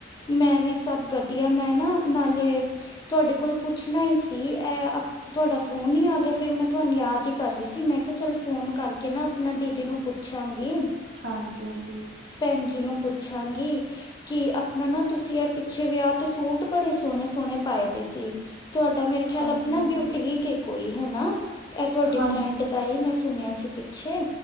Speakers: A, on the left; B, on the right.
A: ਮੈਂ ਵੀ ਸਬ ਵਧੀਆ, ਮੈਂ ਨਾ ਨਾਲੇ ਤੁਹਾਡੇ ਕੋਲ ਪੁੱਛਣਾ ਈ ਸੀ, ਐ ਤੁਹਾਡਾ ਫੋਨ ਈ ਆਗਿਆ ਫੇਰ ਮੈਂ ਤੁਆਨੂੰ ਯਾਦ ਈ ਕਰ ਰਹੀ ਸੀ, ਮੈਂ ਕਿਹਾ ਚੱਲ ਫੋਨ ਕਾਰਕੇ ਨਾ ਅਪਨਾ ਦੀਦੀ ਨੂੰ ਪੁੱ ਪੁੱਛਾਂਗੀ।
B: ਹਾਂਜੀ-ਹਾਂਜੀ।
A: ਭੈਣ ਜੀ ਨੂੰ ਪੁੱਛਾਂਗੀ। ਕਿ ਅਪਨਾ ਨਾ ਤੁਸੀ ਐ ਪਿੱਛੇ ਵਿਆਹ ਤੇ ਸੂਟ ਬੜੇ ਸੋਨੇ-ਸੋਨੇ ਪਾਏ ਦੇ ਸੀ। ਤੁਆਡਾ ਮੇਰੇ ਖਿਆਲ
B: ਹਾਂਜੀ
A: ਅਪਨਾ
B: ਹਾਂਜੀ
A: ਬਿਯੂਟੀਕ ਏ ਕੋਈ ਹਨਾ ਐ ਤੁਆਡੀ
B: ਹਾਂਜੀ
A: ਫਰੈਂਡ ਦਾ ਈ ਮੈਂ ਸੁਨਿਆ ਸੀ ਪਿੱਛੇ